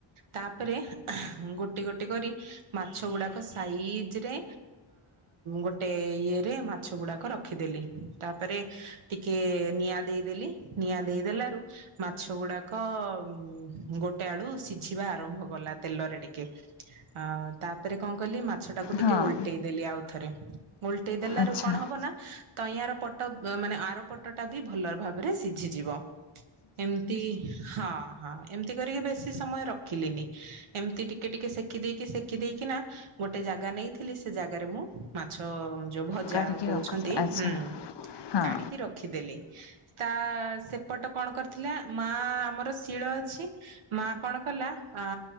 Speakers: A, on the right; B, on the left.
A: ତାପରେ ଗୋଟି ଗୋଟି କରି ମାଛ ଗୁଡ଼ାକ ସାଇଜରେ ଗୋଟେ ଇଏରେ ମାଛ ଗୁଡ଼ାକ ରଖିଦେଲି ତାପରେ ଟିକେ ନିଆଁ ଦେଇଦେଲି ନିଆଁ ଦେଇଦେଲାରୁ ମାଛ ଗୁଡାକ ଉ ଗୋଟେ ଆଡୁ ସିଝିବା ଆରମ୍ଭ କଲା ତେଲରେ ଟିକେ, ଅ ତାପରେ କଣ କଲି ମା ଛଟାକୁ ଟିକେ
B: ହଁ
A: ଓଲଟେଇ ଦେଲି ଆଉ। ଥରେ, ଓଲ୍ ଟେଇ ଦେଲାରୁ
B: ଆଚ୍ଛା
A: କଣ ହବ ନା ତଇଁ ଆର ପଟ ମାନେ ଆର ପଟଟା ବି ଭଲ ଭାବରେ ସିଝିଯିବ। ଏମତି ହଁ ହଁ ଏମିତି କରିକି ବେଶି ସମୟ ରଖିଲିନି, ଏମିତି ଟିକେ ଟିକେ ସେକି ଦେଇକି ସେକି ଦେଇକିନା ଗୋଟେ ଜାଗା ନେଇଥିଲି ସେ ଜାଗାରେ ମୁଁ ମାଛ ଯଉ ଭଜା
B: କାଢ଼ିକି
A: କହୁଛନ୍ତି
B: ରଖୁଛ ଆଚ୍ଛା
A: ହୁଁ
B: ହଁ
A: କାଢିକି ରଖିଦେଲି। ତା ସେପଟ କଣ କରି ଥିଲା, ମା ଆମର ଶିଳ ଅଛି ମା କଣ କଲା ଆ